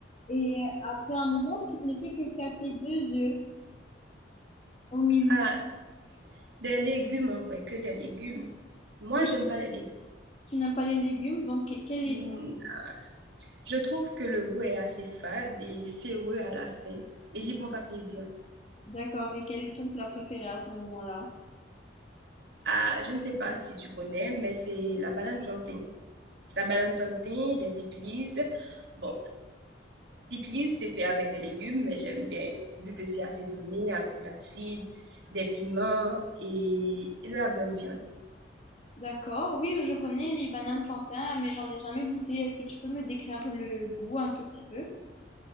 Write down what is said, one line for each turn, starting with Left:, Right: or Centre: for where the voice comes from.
Left: Et euh, après un moment, tu ne fais que casser deux œufs au milieu.
Right: Ah, des légumes en vrai, que des légumes. Moi
Left: Oui,
Right: j'aime pas les légumes.
Left: tu n'aimes pas les légumes, donc quel est...
Right: Mmh, je trouve que le goût est assez fade et ferreux à la fin et j'y prends pas plaisir.
Left: D'accord, et quel est ton plat préféré à ce moment-là?
Right: Ah, je ne sais pas si tu connais, mais c'est la banane plantain. La banane plantain, des pickles. Bon, pickles, c'est fait avec des légumes, mais j'aime bien, vu que c'est assaisonné avec de l'acide, des piments et, et de la bonne viande.
Left: D'accord. Oui, je connais les bananes plantains, mais j'en ai jamais goûté. Est-ce que tu peux me décrire le goût un tout petit peu?